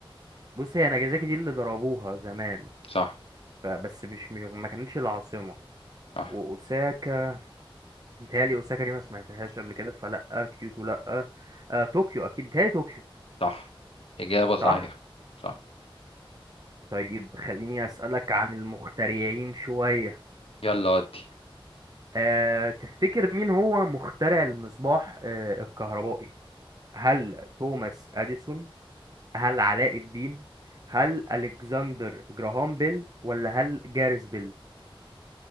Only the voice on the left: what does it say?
صح
صح
صح إجابة صحيحة
صح
يلا ودي